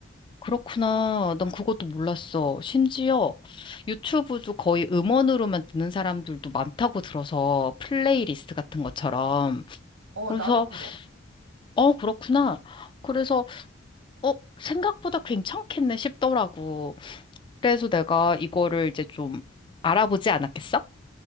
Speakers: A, on the left (about 25°); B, on the right (about 80°).
A: 그렇구나. 난 그것도 몰랐어. 심지어 유튜브도 거의 음원으로만 듣는 사람들도 많다고 들어서 플레이리스트 같은 것처럼.
B: 어,
A: 그래서,
B: 나도 그래.
A: 어, 그렇구나. 그래서, 어, 생각보다 괜찮겠네 싶더라고. 그래서 내가 이거를 이제 좀 알아보지 않았겠어?